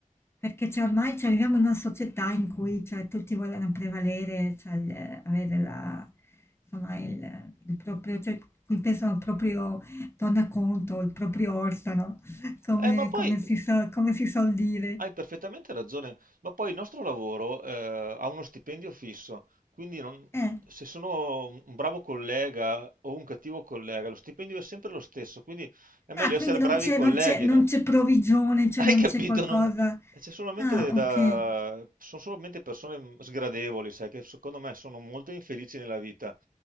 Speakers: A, on the left; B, on the right.
A: perché cioè, ormai cioè, viviamo in una società in cui cioè, tutti vogliono prevalere, cioè, il- avere la, insomma, il, il proprio, cioè, qui pensano al proprio tornaconto, il proprio orstano, <laughs> come,
B: Eh, ma poi
A: come si so- come si suol dire.
B: Hai perfettamente ragione, ma poi il nostro lavoro eh, ha uno stipendio fisso, quindi non-
A: Eh.
B: se sono un bravo collega o un cattivo collega, lo stipendio è sempre lo stesso, quindi è meglio
A: Ah,
B: essere
A: quindi
B: bravi
A: non c'è
B: colleghi,
A: non c'è non
B: no?
A: c'è provvigione,
B: <laughs>
A: cioè
B: Hai
A: non
B: capito?
A: c'è qualcosa
B: Non- C'è solamente
A: ah,
B: da...
A: okay.
B: Sono solamente persone sgradevoli, sai, che secondo me sono molto infelici nella vita